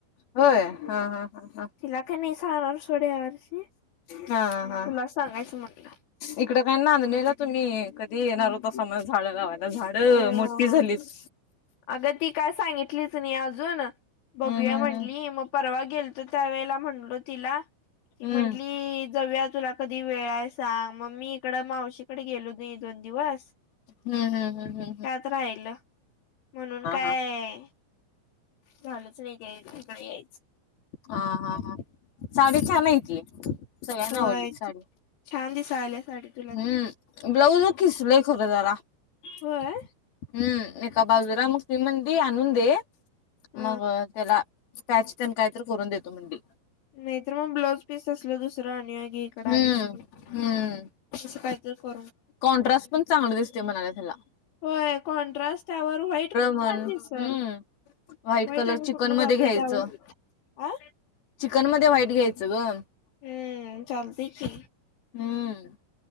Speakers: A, on the left; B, on the left.
A: होय हा हा हां हा
B: तिला काय नाही सांगणार सोड या वर्षी तुला
A: हा हा
B: सांगायचं म्हटलं
A: इकडं काय नांदणीला तुम्ही कधी येणार होता सा म्हण झाड लावायला झाड
B: अ
A: मोठी झालीत्
B: अगं ती काय सांगितलीच नाही अजून बघूया
A: हम्म हम्म
B: म्हंटली मग परवा गेलतो त्या वेळेला म्हणलो तिला ती
A: हम्म
B: म्हटली जाऊया तुला कधी वेळ आहे सांग मग मी इकड मावशीकडे गेलो नाही दोन दिवस
A: ह्म्म हम्म ह्म्म ह्म्म
B: त्यात राहिल म्हणून काय
A: हा
B: झालच नाही काय् इकडे यायचं
A: हा हा हा साडी छान आहे ती सगळ्यांना
B: होय
A: आवडली साडी
B: छान दिसाल्या साडी तुला
A: हम्म
B: ती
A: ब्लाऊज खिस्लय् खर जरा हम्म
B: होय
A: एका बाजूला मग ती म्हणाली आणून दे
B: ह
A: मग त्याला पॅच तेंन काय तर करून देतो मंडी
B: नाही तर मग ब्लाऊज पीस असल दुसरं आणि आगी इकड
A: हम्म
B: आलीस की
A: हम्म
B: तं काहीतरी कर
A: कॉन्ट्रास्ट पण चांगल दिसतय म्हणाल्यात ह्याला
B: होय कॉन्ट्रास्ट त्यावर व्हाईट पण
A: म्हण
B: छान दिसल
A: हम्म व्हाईट
B: भैर
A: कलर
B: आणि
A: चिकन
B: कुठन्
A: मध्ये
B: जातो
A: घ्यायचं
B: त्यावर अ
A: चिकन मध्ये व्हाईट घ्यायचं ग
B: हम्म चालतय् की
A: हम्म